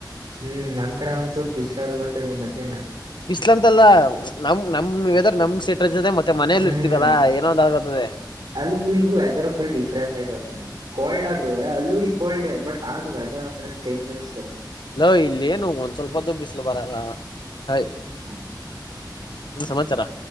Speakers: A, on the right; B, on the left.
A: ಹ್ಮ್ ನಮ್ ಕಡೆ ಒಂದ್ ಚೂರು ಬಿಸ್ಲಾರ ಬರ್ತದೆ ಮಧ್ಯಾಹ್ನ.
B: ಬಿಸ್ಲಾ ಅಂತ ಅಲ್ಲಾ ನಮ್ ನಮ್ ವೆದರ್ ನಮ್ ಸಟೆಜಾರ್ ಮತ್ತೆ. ಮನೇಲಿ
A: ಹ್ಮ್
B: ಇರ್ತೀವಲ್ಲಾ ಏನೋ ಒಂದ್ ಆಗತದೆ
A: ಅಲ್ಗು ಅಲ್ಗು ಎತರುಲ್ ಡಿಫ್ರನ್ಸ್ ಆಐ್ತ. ಕೋಲ್ಡ್ ಆದ್ರು ಅಲ್ಲೂ ಕೋಲ್ಡ್ ಬಟ್ ಆದ್ರೂ ವೆದರ್ ಒರ ಚೇಂಜ್ ಅನ್.
B: ಲೋ ಇಲ್ಲಿ ಏನು ಒಂದ್ ಸ್ವಲ್ಪ ದು ಬಿಸ್ಲು ಬರಲ್ಲ ಹಯ್.
A: ಹ್ಮ್
B: ನಂದು ಸಮಾಚಾರ.